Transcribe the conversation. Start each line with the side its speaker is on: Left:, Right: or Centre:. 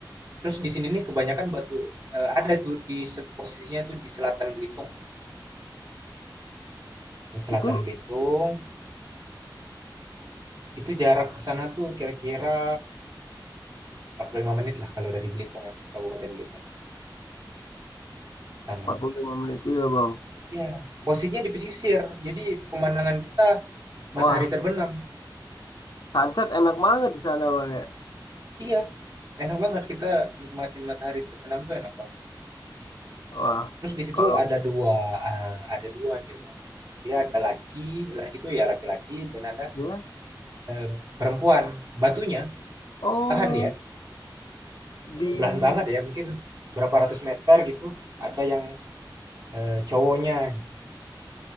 Right: Terus di sini nih kebanyakan batu eee, ada tuh di se posisinya tuh di selatan Belitung ya, di selatan
Left: itu
Right: Belitung, itu jarak ke sana tuh kira-kira 45 lah kalau dari Belitung ya, Kabupaten Belitung ke sana.
Left: empat puluh lima menit juga bang
Right: Iya, posisinya di pesisir, jadi pemandangan kita matahari
Left: wah
Right: terbenam.
Left: sunset enak banget di sana bang ya
Right: Iya, enak banget kita nikmatin matahari terbenam tuh enak banget.
Left: wah
Right: Terus di situ
Left: kalau
Right: ada 2 eee, ada 2 dia, Bang. Dia ada laki, laki itu ya laki-laki dan ada,
Left: ya
Right: eee, perempuan. Batunya
Left: oh
Right: sebelahan dia.
Left: di
Right: bukan sebelahan banget ya mungkin berapa ratus meter gitu ada yang eh, cowoknya gitu.